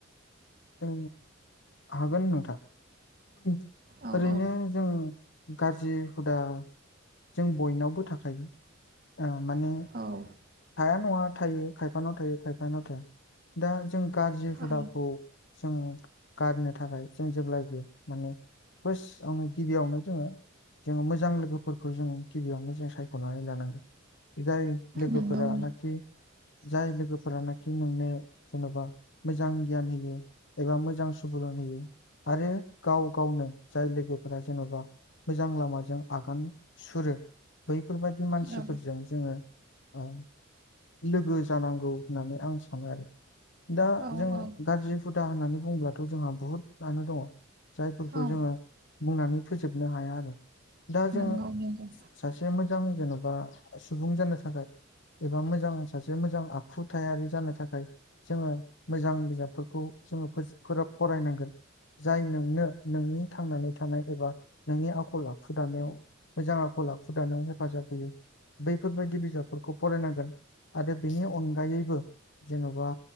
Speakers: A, on the left; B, on the right.
A: औ हागोन नोंथां
B: औ
A: ओरैनो
B: औ
A: जों गाज्रि हुदा जों बयनावबो थाखायो। ओ माने
B: औ
A: थाया नङा थायो खायफानाव थायो खायफानाव थाया दा जों गाज्रि हुदाखौ
B: औ
A: जों गारनो थाखाय जों जेब्लायबो माने फास्ट आवनो गिबियावनो जोङो जोङो मोजां लोगोफोरखौ जों गिबियावनो जों सायख'नानै लानांगोन बिदाय लोगोफोरानाखि
B: नंगौ नंगौ
A: जाय लोगोफोरानाखि नोंनो जेनबा मोजां गियान होयो एबा मोजां सुबुरुन होयो आरो गाव गावनो जाय लोगोफोरा जेनबा मोजां लामाजों आगान सुरो बैफोरबायदि मानसिफोरजों
B: औ
A: जोङो ओ लोगो जानांगौ होननानै आं सानो आरो दा
B: औ
A: जों
B: औ
A: गाज्रि हुदा होननानै बुङोब्लाथ' जोंहा बुहुतआनो दङ जायफोरखौ
B: औ
A: जोङो बुंनानै फोजोबनो हाया आरो दा जों
B: नंगौ नंगौ
A: सासे मोजां जेनबा सुबुं जानो थाखाय एबा मोजां सासे मोजां आखुथायारि जानो थाखाय जोङो मोजां बिजाबफोरखौ जोङो फोज फोरोब फरायनांगोन। जाय नोंनो नोंनि थांनानै थानाय एबा नोंनि आखल आखु दानायाव मोजां आखल आखु दानायाव हेफाजाब होयो बैफोरबायदि बिजाबफोरखौ फरायनांगोन आरो बेनि अनगायैबो जेनबा